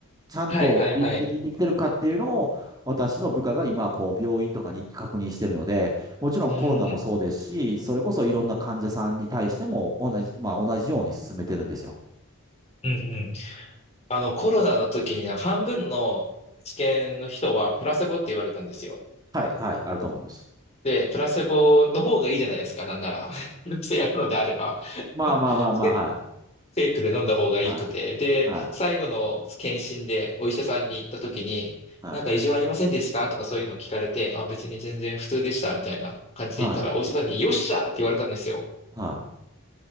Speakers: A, on the right; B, on the left.
A: ちゃんと倫理的にできてるかっていうのを、
B: はいはいはい。
A: 私の部下が今、こう、病院とかに行って確認してるので、もちろんコロナもそうですし、
B: うん。
A: それこそいろんな患者さんに対しても同じ、まあ同じように進めてるんですよ。
B: うんうん。あの、コロナの時にね半分の治験の人はプラセボって言われたんですよ。
A: はい、はい、あると思います。
B: で、プラセボの方がいいじゃないですか、なんなら。<laughs> どうせやるのであれば。
A: まあまあまあまあ、
B: <laughs> で、
A: は
B: フェイクで飲んだ方がいいくて。
A: い、はい、
B: で、
A: はい、
B: 最後の検診でお医者さんに行った時に、
A: はい、
B: なんか異常ありませんでしたとかそういうのを聞かれて、あ、別に全然普通でした、みたいな感じで言ったら、
A: はい、
B: お医者さんによっしゃーって言われたんですよ。
A: はい。